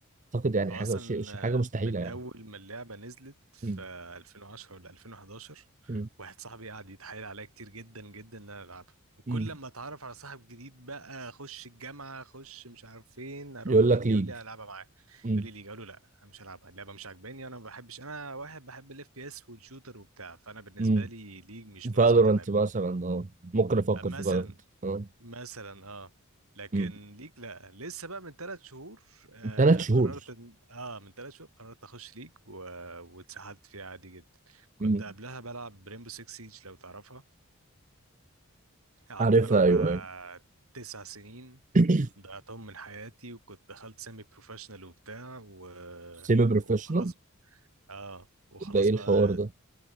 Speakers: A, on the right; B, on the right.
A: اعتقد يعني
B: هو
A: حاجه
B: اصلا
A: شيء شيء-
B: آه،
A: حاجه مستحيله
B: من
A: يعني
B: اول ما اللعبه نزلت في
A: مم.
B: 2010 ولا 2011
A: مم.
B: واحد صاحبي قعد يتحايل عليا كتير جدا جدا ان انا العبها وكل
A: مم.
B: لما اتعرف على صاحب جديد بقى اخش الجامعه اخش مش عارف فين اروح
A: يقول
B: فين
A: لك
B: يقول
A: ليج
B: لي العبها معاه
A: مم.
B: يقول لي ليه اقول له لا انا مش هلعبها اللعبه مش عاجباني انا ما بحبش انا واحد بحب الاف بي اس والشوتر وبتاع فانا بالنسبه
A: مم.
B: لي ليج مش مناسبه
A: فالورانت
B: تمام
A: مثلا اه ممكن افكر
B: مثلا
A: في فالورانت اه
B: مثلا اه لكن
A: مم.
B: ليك لا لسه بقى من ثلاث شهور آه
A: ثلاث
B: قررت
A: شهور
B: إن- اه من ثلاث شهور قررت اخش ليج و... واتسحلت فيها عادي جدا كنت
A: مم.
B: قبلها بلعب ريمبو 6 سيج لو تعرفها قعدت
A: عارفها
B: بلعبها
A: ايوه ايوه
B: تسع سنين
A: <clears throat>
B: ضيعتهم من حياتي وكنت دخلت سيمي بروفيشنال وبتاع و...
A: سيمي بروفيشنال
B: وخلاص اه وخلاص
A: ده ايه
B: بقى
A: الحوار ده